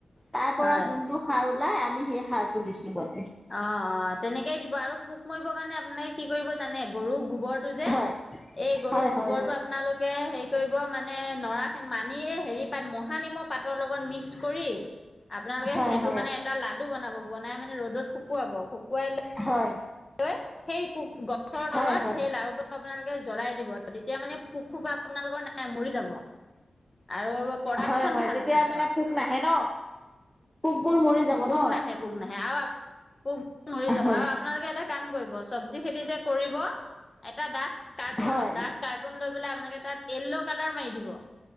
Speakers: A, in the centre; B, on the left.
A: তাৰ পৰা
B: হয়
A: যোনটো সাৰ ওলাই আমি সেই সাৰটো দিছো গ
B: অ', অ', তেনেকেই দিব আৰু পোক মৰিব কাৰণে আপোনাকে কি কৰিব জানে গৰু গোবৰটো যে
A: হয়
B: এই গৰু
A: হয়
B: গোবৰটো
A: হয়
B: আপোনালোকে হেৰি কৰিব মানে নৰা মানে এই হেৰি পাত মহা নিম ম পাতৰ লগত মিক্স কৰি আপোনালোকে
A: হয়
B: সেইটো
A: হয়
B: মানে এটা লাড়ু বনাব বনাই মানে ৰ'দত শুকুৱাই ল'।
A: হয় হয়
B: লৈ সেই পোক গছৰ
A: হয়
B: তলত
A: হয়
B: সেই লাৰুটো আপোনালোকে জ্বলাই দিব তেতিয়া মানে পোক খোপা। আপোনালোকৰ নাই মৰি যাব। আৰু প্ৰডাকচন
A: হয় হয়
B: ভাল
A: তেতিয়া
B: আহিব
A: মানে
B: আপোনালোকৰ।
A: পোক নাহে ন পোকবোৰ মৰি যাব
B: পোক
A: ন
B: নাহে পোক নাহে আৰু পোক মৰি যাব
A: হয়
B: আৰু আপোনালোকে এটা কাম কৰিব চব্জি খেতি যে কৰিব এটা ডাঠ কাৰৰ্টোন
A: হয়
B: লওক ডাঠ কাৰটোন লৈ বেলে আপোনালোকে টাত য়েল্ল কালাৰ মাৰি দিব।